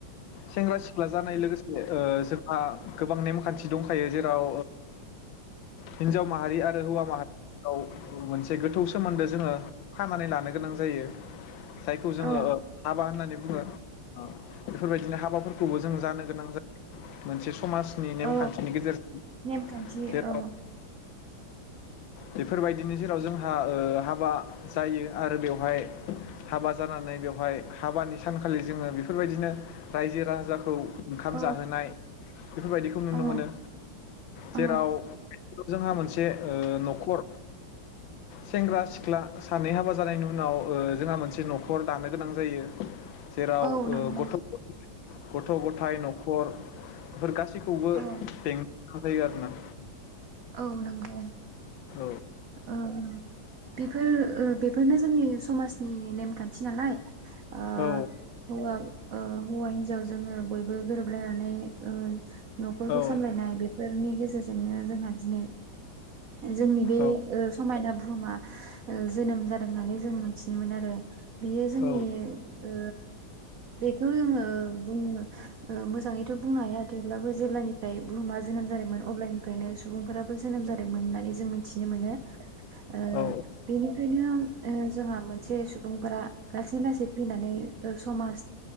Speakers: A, on the left (about 80°); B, on the right (about 60°).
A: सेंग्रा सिख्ला जानाय लोगोसे ओ जोंहा गोबां नेमखान्थि दंखायो जेराव हिन्जाव माहारि आरो हौवा माहारियाव मोनसे गोथौ सोमोन्दो जोङो खानानै लानो गोनां जायो जायखौ जोङो
B: औ
A: हाबा होननानै सिमबो बेफोरबायदि दिनो हाबाफोरखौबो जों जानो गोनां जा मोनसे समाजनि
B: औ
A: नेमखान्थिनि गेजेरजों
B: नेमखान्थि औ
A: <unintelligible> बेफोरबायदिनि जेराव जोंहा ओ हाबा जायो आरो बेवहाय हाबा जानानै बेवहाय हाबानि सानखालि जोङो बेफोरबायदिनो रायजो राजाखौ ओंखाम
B: औ
A: जाहोनाय बेफोरबायदिखौ नुनो
B: औ
A: मोनो
B: औ
A: जेराव जोंहा मोनसे ओ न'खर सेंग्रा सिख्ला सानै हाबा जानायनि उनाव ओ जोंहा मोनसे न'खर दानो गोनां जायो। जेराव
B: औ नंगौ
A: ओ गथ' <inaudible> गथ' गथाय न'खर बेफोर गासै खौवबो
B: औ
A: बें सामलायो आरोना
B: औ नंगौ
A: औ
B: ओ बेफोर ओ बेफोरनो जोंनि समाजनि नेमखान्थि नालाय ओ
A: औ
B: हौवा ओ हौवा हिन्जाव जोंओं बयबो गोरोबलायनानै ओ न'खरखौ
A: औ
B: सामलायनाय बेफोरनि गेजे जेरजोंनो जोंहा दिनो जोंनि बे
A: औ
B: ओ समायना बु बुहुमा ओ जोनोम जादों होननानै जों मिथिनो मोनो आरो बियो जोंनि
A: औ
B: ओ बेखौ जोङो बुंनो ओ मोजाङैथ' बुंनो हाया थेवब्लाबो जेब्लानिफ्राय बुहुमा जोनोम जादोंमोन अब्लानिफ्रायनो सुबुंफोराबो जोनोम जादोंमोन होननानै जो जों मिथिनो मोनो ओ
A: औ
B: बेनिफ्रायनो ओ जोंहा मोन से सुबुंफोरा लासै लासै फैनानै ओ समाज